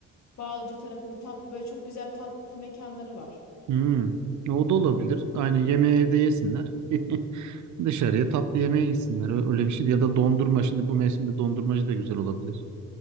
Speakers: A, on the left; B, on the right.
A: Bağlıca tarafında tatlı böyle çok güzel tatlı mekanları var.
B: Hmm, o da olabilir. Aynen yemeği evde yesinler. <laughs> Dışarıya tatlı yemeğe gitsinler. Ö- Öyle bir şey. Ya da dondurma. Şimdi bu mevsimde dondurmacı da güzel olabilir.